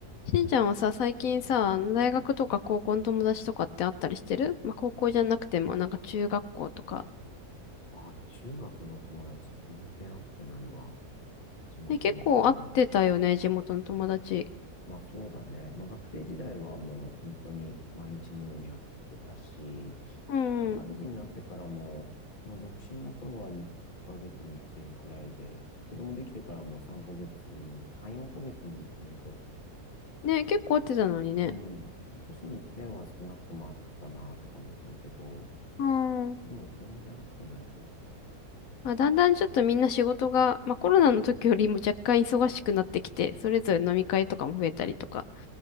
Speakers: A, on the left (about 70°); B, on the left (about 30°).
A: しんちゃんはさ、最近さ、大学とか高校の友達とかってあったりしてるまあ、高校じゃなくても、なんか中学校とか。
B: あ、中学の友達全然会ってないわ。地元の友達。
A: ね、結構会ってたよね、地元の友達。
B: まあそうだね。まあ学生時代はもう本当に毎日のように会ってたし、
A: うん。
B: 社会人になってからも、まあ独身の頃は2ヶ月に一遍くらいで、子供できてからも3ヶ月に、3、4ヶ月に一遍くらい。
A: ね、結構会ってたのにね。
B: うん。半年に一遍は少なくとも会ってたなって感じするけど、
A: うん。
B: 今全然会ってないね。
A: まあ、だんだんちょっとみんな仕事が、まあ、コロナの時よりも若干忙しくなってきて、それぞれ飲み会とかも増えたりとか、